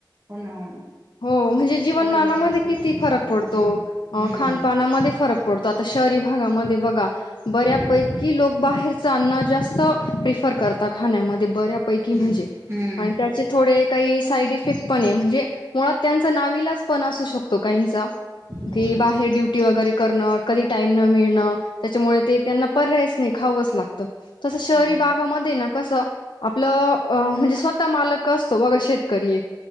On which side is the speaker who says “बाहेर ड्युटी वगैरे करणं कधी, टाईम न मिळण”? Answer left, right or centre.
Left